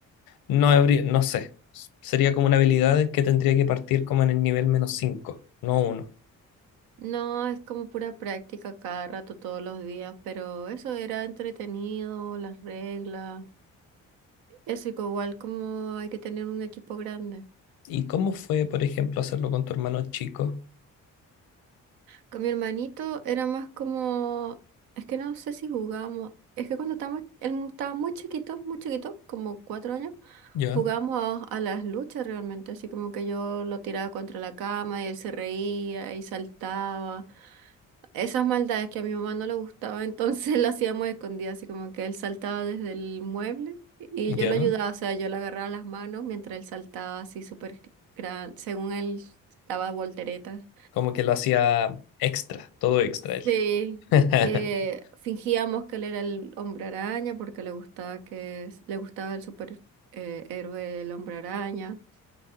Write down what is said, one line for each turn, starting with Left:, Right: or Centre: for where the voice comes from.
Left: no, habría- no sé. Sería como una habilidad que tendría que partir como en el nivel menos 5, no uno.
Right: No, es como pura práctica cada rato, todos los días, pero eso era entretenido, las reglas. Eso y que igual como hay que tener un equipo grande.
Left: ¿Y cómo fue, por ejemplo, hacerlo con tu hermano chico?
Right: Con mi hermanito era más como, es que no sé si jugábamos, es que cuando estábamos, él mu- estaba muy chiquito, muy chiquito, como cuatro años,
Left: Ya,
Right: jugábamos a, a las luchas realmente, así como que yo lo tiraba contra la cama y él se reía y saltaba. Esas maldades que a mi mamá no le gustaba, entonces <laughs> las hacíamos escondidas, así como que él saltaba desde el mueble y
Left: ya.
Right: yo lo ayudaba, o sea, yo le agarraba las manos mientras él saltaba así súper gran, según él daba volteretas.
Left: Como que lo hacía extra, todo extra él.
Right: Sí,
Left: <laughs>
Right: eh, fingíamos que él era el hombre araña porque le gustaba que es- le gustaba el super eh, héroe el hombre araña.